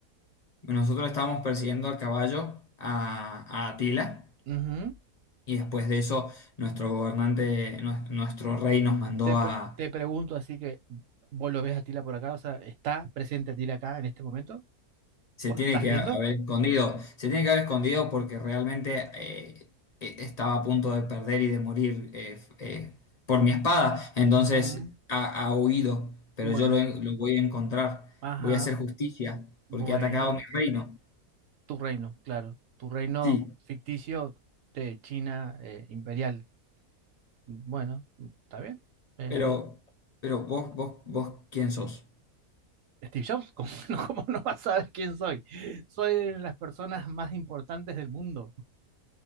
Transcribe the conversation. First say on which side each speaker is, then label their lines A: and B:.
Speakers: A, on the left (about 45°); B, on the right (about 65°).
A: nosotros estamos persiguiendo al caballo a, a Atila,
B: Ujú.
A: y después de eso nuestro gobernante, nues- nuestro rey nos mandó
B: Te, pre-
A: a
B: te pregunto, así que vos lo ves a Tila por acá, o sea, ¿está presente Tila acá en este momento?
A: Se
B: ¿Vos
A: tiene
B: lo estás
A: que
B: viendo?
A: haber escondido. Se tiene que haber escondido porque realmente eh, eh, estaba a punto de perder y de morir eh, eh, por mi espada. Entonces
B: Ujú.
A: ha, ha huido, pero
B: Bueno,
A: yo lo, en- lo voy a encontrar.
B: ajá,
A: Voy a hacer justicia
B: bueno.
A: porque ha atacado mi reino.
B: Tu reino, claro. Tu reino
A: Sí,
B: ficticio de China eh, imperial. Bueno, está bien. Eh,
A: pero, pero vos, vos, vos, ¿quién sos?
B: Steve Jobs, <laughs> ¿cómo no, cómo no vas a saber quién soy? Soy de las personas más importantes del mundo.